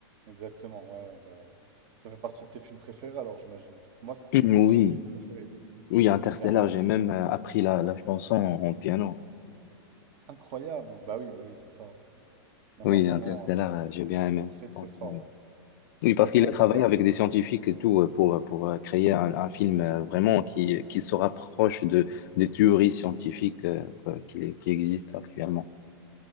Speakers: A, on the right; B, on the left.
A: exactement. Ouais, ouais. Bah, ça fait partie de tes films préférés, alors, j'imagine. Parce que moi, ça
B: Mhm,
A: fait partie
B: Oui,
A: de mes films préférés.
B: oui, Interstellar,
A: Clairement,
B: j'ai
A: ils sont
B: même euh, appris la, la chanson en piano.
A: incroyables. Bah oui, bah oui, c'est ça. Non,
B: Oui,
A: non, vraiment,
B: Interstellar,
A: euh,
B: euh, j'ai bien aimé.
A: très, très
B: Franchement,
A: fort, ouais.
B: Oui,
A: Et
B: parce
A: donc,
B: qu'il
A: ouais,
B: a travaillé
A: le dernier.
B: avec des scientifiques et tout euh, pour, euh, pour euh, créer un, un film euh, vraiment qui, qui se rapproche de, des théories scientifiques euh, euh, qui, qui existent actuellement.